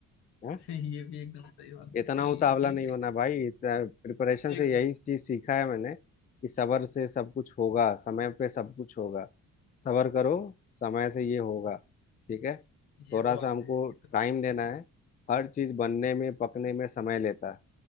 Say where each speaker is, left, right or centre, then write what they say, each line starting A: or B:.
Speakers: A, on the left; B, on the left.
A: हाँ
B: <laughs> ये भी एकदम सही बात है।
A: इतना
B: चलिए
A: उतावला
B: ठीक
A: नहीं
B: है
A: होना भाई इतना प्रिपरेशन
B: एकदम
A: से यही चीज सीखा है मैंने कि सब्र से सब कुछ होगा समय पे सब कुछ होगा सब्र करो समय से ये होगा ठीक है
B: ये
A: थोड़ा
B: तो बात
A: सा हमको
B: है ये तो
A: टाइम देना है हर चीज बनने में पकने में समय लेता है